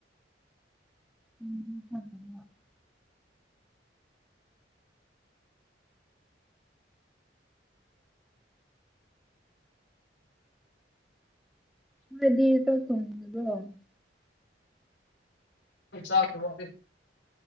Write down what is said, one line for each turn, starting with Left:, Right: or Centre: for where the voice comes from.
Centre: ꯎꯝ <unintelligible> ꯅꫭꯏꯗꯤ ꯆꯥꯛ ꯊꫭꯡꯗꯕ꯭ꯔꫭ ꯫
Left: ꯈꫭꯏ ꯆꯥꯛꯀꯤ ꯋꯥꯗꯤ